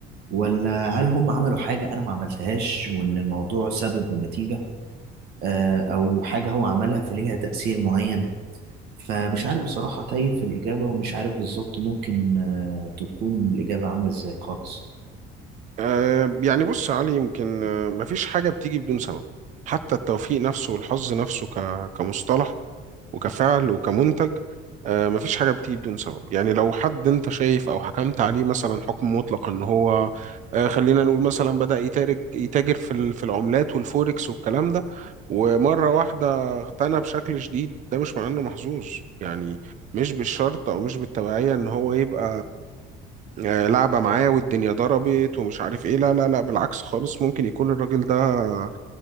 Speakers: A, on the right; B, on the right.
A: ولا هل هم عملوا حاجة أنا ما عملتهاش وإن الموضوع سبب ونتيجة آه، أو حاجة هو عملها فليها تأثير معين فمش عارف بصراحة تايه في الإجابة ومش عارف بالظبط ممكن آه، تكون الإجابة عاملة إزاي خالص
B: أه يعني بص يا علي يمكن آه، مفيش حاجة بتيجي بدون سبب حتى التوفيق نفسه والحظ نفسه ك- كمصطلح وكفعل وكمنتج آه، مفيش حاجة بتيجي بدون سبب يعني لو حد انت شايف او حكمت عليه مثلا حكم مطلق ان هو آه، خلينا نقول مثلا بدأ يتاجر يتاجر في ال- في العملات والفوركس والكلام ده ومرة واحدة اغتنى بشكل شديد ده مش معناه انه محظوظ يعني مش بالشرط او مش بالتبعية ان هو يبقى آه، لعبة معاه والدنيا ضربت ومش عارف ايه لا لا لا بالعكس خالص ممكن يكون الراجل ده آه،